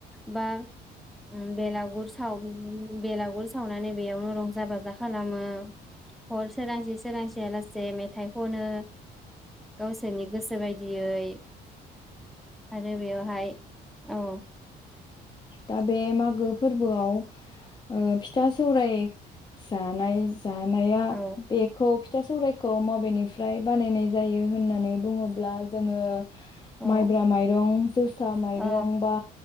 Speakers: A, in the centre; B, on the left.
A: बा उम बेलागुर सावमोन बेलागुर सावनानै बेयावनो रंजा बाजा खालामो हर सोरांसि सोरां सियालासे मेथाइ खनो गावसोरनि गोसो बाय दियै आरो बेवहाय औ
B: दा बे मागो फोरबोआव ओ फिथा सौराय जानाय जानाया
A: औ
B: बेखौ फि था सौराइखौ मबेनिफ्राय बानायनाय जायो होननानै बुङोब्ला जोङो
A: औ
B: माइब्रा माइरं जोसा माइरं
A: औ
B: बा